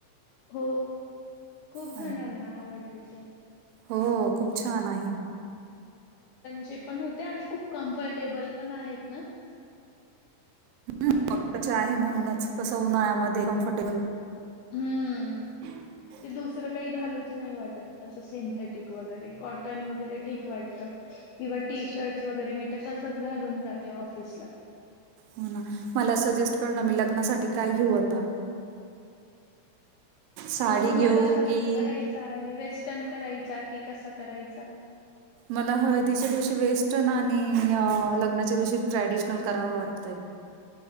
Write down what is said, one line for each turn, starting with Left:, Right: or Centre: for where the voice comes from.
Left: हो खूप
Right: अ-
Left: जणांना आवडले ते
Right: हो खूप छान आहे
Left: चे पण होते आणि खूप कम्फर्टेबल पण आहेत ना
Right: ह आहे म्हणूनच कस उन्हाळ्यामध्ये कम्फर्टेबल
Left: हम्म
Right: ह
Left: ते दुसरं काही घालूच नाही वाटत तसं सिंथेटिक वगैरे कॉटन वगैरे ठीक वाटतं किंवा टी शर्टस वगैरे मी तर तसच घालून जाते ऑफिसला
Right: हो ना मला सजेस्ट कर ना मी लग्नासाठी काय घेऊ आता साडी
Left: तुला
Right: घेऊ
Left: कसा लुक
Right: की
Left: करायचा आहे वेस्ट न करायचा की कसा करायचा
Right: मला हळदीच्या दिवशी वेस्ट नाही आणि लग्नाच्या दिवशी ट्रॅडिशनल करावं वाटतंय